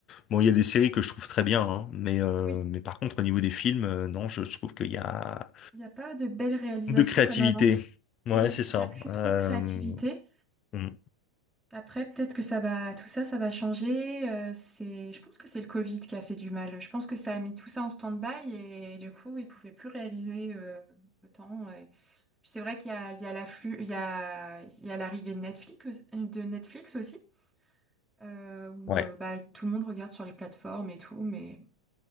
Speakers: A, on the left; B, in the centre.
A: Bon, il y a des séries que je trouve très bien, hein, mais, euh,
B: Oui.
A: mais par contre, au niveau des films, euh, non, je, je trouve qu'il y a
B: Il n'y a pas de belles réalisations
A: de créativité.
B: comme avant.
A: Ouais,
B: Oui,
A: c'est ça.
B: il n'y a plus
A: Euh,
B: trop de créativité.
A: mm,
B: Après, peut-être que ça va, tout ça, ça va changer. Euh, c'est, je pense que c'est le Covid qui a fait du mal. Je pense que ça a mis tout ça en stand-by et du coup, ils ne pouvaient plus réaliser euh, autant. Et Puis c'est vrai qu'il y a, il y a l'afflux, il y a, il y a l'arrivée de Netflix, de Netflix aussi, euh, où
A: ouais.
B: euh, bah, tout le monde regarde sur les plateformes et tout. Mais